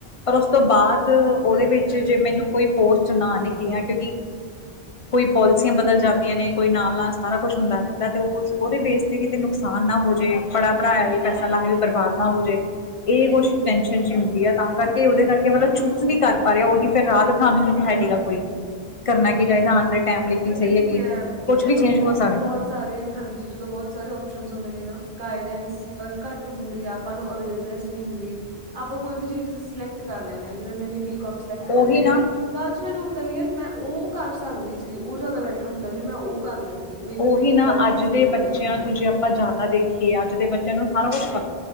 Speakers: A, on the left (about 45°); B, on the right (about 55°).
A: ਪਰ ਉਸ ਤੋਂ ਬਾਅਦ ਉਹਦੇ ਵਿੱਚ ਜੇ ਮੈਨੂੰ ਕੋਈ ਪੋਸਟ ਨਾ ਨਿਕਲਿਆ ਕਿਉਂਕਿ ਕੋਈ ਪੋਲਸੀਆਂ ਬਦਲ ਜਾਂਦੀਆਂ ਨੇ ਕੋਈ ਨਾਲ- ਨਾਲ ਸਾਰਾ ਕੁਛ ਹੁੰਦਾ ਰਹਿੰਦਾ ਤੇ ਉਹਦੇ ਬੇਸ ਤੇ ਕਿਤੇ। ਨੁਕਸਾਨ ਨਾ ਹੋ ਜੇ ਪੜਾ- ਪੜਾਇਆ ਵੀ ਪੈਸਾ ਲਾਇਆ ਵੀ ਬਰਬਾਦ ਨਾ ਹੋ ਜੇ। ਇਹ ਕੁਛ ਟੈਨਸ਼ਨ ਜੀ ਹੁੰਦੀ ਆ। ਤਾਂ ਕਰਕੇ ਉਹਦੇ ਕਰਕੇ ਮਤਲਬ ਚੂਜ ਨੀ ਕਰ ਪਾ ਰਿਹਾ ਉਹੀ ਫੇਰ ਰਾਤ ਖਾਣ ਨੂੰ ਵੀ ਤਾਂ ਹੈਗੀ ਗ ਕੋਈ। ਕਰਨਾ ਕੀ ਚਾਹੀਦਾ ਆਉਣ ਦੇ ਟਾਈਮ ਲਈ ਕੀ
B: ਪਤਾ
A: ਸਹੀ ਹੈ ਕੀ ਕੁਛ
B: ਜਦੋਂ
A: ਵੀ ਚੇਂਜ ਹੋ ਸਕਦਾ।
B: ਬਹੁਤ ਸਾਰੇ ਹਾਂਜੀ ਜਦੋਂ ਬਹੁਤ ਸਾਰੇ ਓਪਸ਼ਨ ਹੁੰਦੇ ਨੇ ਨਾ ਗਾਈਡੈਂਸ ਅ ਘੱਟ ਹੁੰਦੀ ਆਪਾਂ ਨੂੰ ਅਵੇਅਰਨੈਸ ਨਹੀਂ ਹੁੰਦੀ ਆਪਾਂ ਕੋਈ ਵੀ ਚੀਜ਼ ਸਿਲੈਕਟ ਕਰ ਲੈਂਦੇ ਹ ਜਿਵੇਂ ਮੈਨੇ ਬੀ ਕੋਮ ਸਿਲੈਕਟ ਕਰੀ।
A: ਉਹੀ ਨਾ
B: ਬਾਅਦ ਚ ਮੈਨੂੰ ਹੁੰਦਾ ਵੀ ਯਾਰ ਮੈਂ ਉਹ ਕਰ ਸਕਦੀ ਸੀਗੀ ਉਹ ਜ਼ਿਆਦਾ ਬੈਟਰ ਹੁੰਦਾ ਜੇ ਮੈਂ ਉਹ ਕਰ ਲੈਂਦੀ। ਮੇ ਬੀ
A: ਉਹੀ
B: ਮੈਨੇ
A: ਨਾ
B: ਗ਼ਲਤ
A: ਅੱਜ
B: ਡਿਸੀਜ਼ਨ
A: ਦੇ ਬੱਚਿਆਂ
B: ਲਿਆ।
A: ਨੂੰ ਜੇ ਆਪਾਂ ਜ਼ਿਆਦਾ ਦੇਖੀਏ ਅੱਜ ਦੇ ਬੱਚਿਆਂ ਨੂੰ ਸਾਰਾ ਕੁਛ ਸਭ